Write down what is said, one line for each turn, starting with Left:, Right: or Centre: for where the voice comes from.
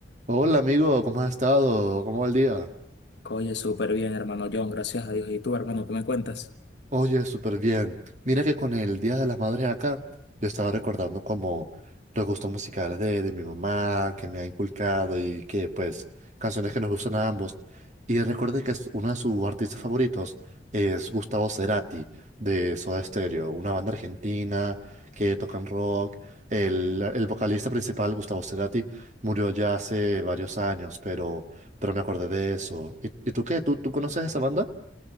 Right: Hola amigo, ¿cómo has estado? ¿Cómo va el día?
Left: Oye, súper bien, hermano John, gracias a Dios. ¿Y tú, hermano, qué me cuentas?
Right: Oye, súper bien. Mira que con el Día de las Madres acá, yo estaba recordando como los gustos musicales de, de mi mamá, que me ha inculcado y que pues canciones que nos gustan a ambos. Y recuerdo que es uno de sus artistas favoritos es Gustavo Cerati de Soda Stereo, una banda argentina que tocan rock. El, el vocalista principal, Gustavo Cerati, murió ya hace varios años, pero, pero me acordé de eso. ¿Y, y tú qué? ¿Tú, tú conoces esa banda?